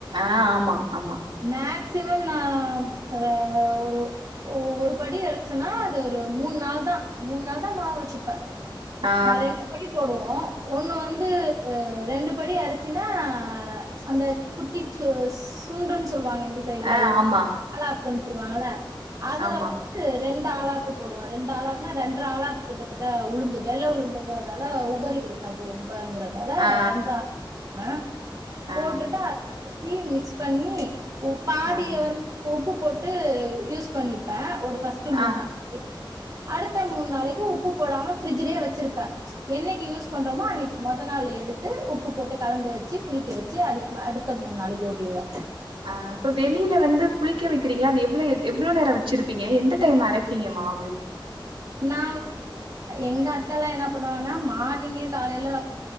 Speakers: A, on the right (about 85°); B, on the right (about 40°).
A: ஆ ஆமா ஆமா
B: மேக்சிமம் நா ஒர ஒரு ஓ ஒரு படி அரைச்சன்னா அது ஒரு மூணு நாள் தா மூணு நாள் தா மாவு வச்சுப்பே
A: ஆ
B: நா ரெண்டு படி போடுவோ ஒன்னு வந்து ஆ ரெண்டு படி அரிசினா அந்த குட்டி சுஸ் சுண்டுன்னு சொல்லுவாங்க இந்த சைட்ல
A: ஆ ஆமா
B: ஆளாக்குன்னு சொல்லுவாங்கல்ல அதுல
A: ஆமா
B: வ து ரெண்டு ஆளாக்கு போடுவோ ரெண்டு ஆளாக்குனா ரெண்டுர ஆளாக்கு கிட்டத்தட்ட உழுந்து வெள்ளை உளுந்துங்கறதால உபரி குடுக்காது ரொம்பங்கறதால
A: ஆ
B: ரெண்டர வே போட்டுட்டு
A: ஆ
B: அத அரைச்சி மிக்ஸ் பண்ணி ஒ பாதிய
A: ஆ
B: வந் பு உப்பு போட்டு யூஸ் பண்ணிப்பே ஒரு ஃபஸ்ட்டு மூணு
A: ஆ அ
B: நாளைக்கு அடுத்த மூணு நாளைக்கு உப்பு போடாம ஃப்ரிட்ஜ்லயே வச்சிருப்பே என்னைக்கு யூஸ் பண்றோமோ அன்னைக்கு மொத நாள் எடுத்து உப்பு போட்டு கலந்து வச்சு புளிக்க வச்சு அதுக்கு அடுத்த மூணு நாளைக்கு ஓட்டிடுவே
A: ஆ அப்ப வெளில வந்து புளிக்க வைக்கிறீங்களா அது எவ்ள எத் எவ்ளோ நேர வச்சிருப்பங்க எந்த டைம் அரப்பீங்க மாவு
B: நா எங்க அத்த எல்லா என்ன பண்ணுவாங்கனா மார்னிங்கே காலையில